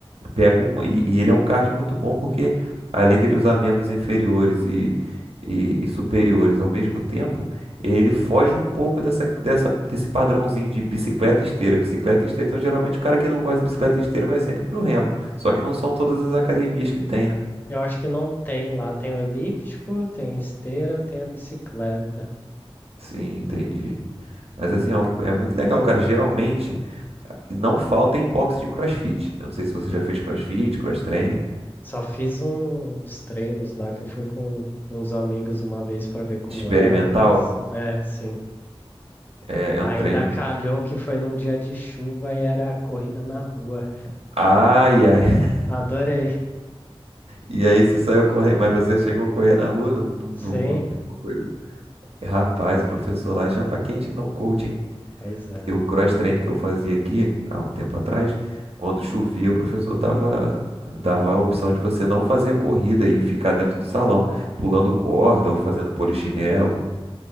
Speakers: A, on the right; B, on the left.
A: Pega um, e, e ele é um card muito bom porque, além dele usar membros inferiores e, e, e superiores ao mesmo tempo, ele foge um pouco dessa, dessa, desse padrãozinho de bicicleta e esteira, bicicleta e esteira. Então, geralmente, o cara que não gosta de bicicleta e esteira vai sempre pro remo. Só que não
B: Hum,
A: são todas as academias que tem, né?
B: Eu acho que não tem lá. Tem o elíptico, tem a esteira, tem a bicicleta.
A: Sim, entendi. Mas assim, ó, é muito legal, cara. Geralmente, não falta em box de CrossFit. Eu não sei se você já fez CrossFit, cross training.
B: Só fiz uns treinos lá que eu fui com uns amigos uma vez para ver como
A: Experimental
B: era, mas é, sim.
A: é, é
B: Ainda
A: um treino.
B: calhou que foi num dia de chuva e era corrida na rua.
A: Ai, ai.
B: Adorei.
A: E aí você saiu correndo, mas você chegou a correr na rua, não, não,
B: Sim,
A: não, não pegou coisa. Rapaz, o professor lá é chapa quente, então coach, hein?
B: pois é.
A: E o cross training que eu fazia aqui há um tempo atrás, quando chovia, o professor dava, dava a opção de você não fazer a corrida e ficar dentro do salão, pulando corda ou fazendo polichinelo.